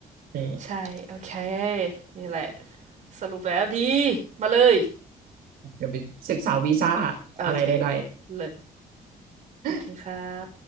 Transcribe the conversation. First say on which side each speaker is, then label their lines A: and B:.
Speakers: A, on the right; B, on the right.
A: เออ
B: ใช่ โอเค นี่แหละสรุปแล้วดี มาเลย
A: เดี๋ยวไปศึกษาวีซ่า
B: โอเค
A: อะไรใด
B: เลิศโอเคครับ
A: ๆ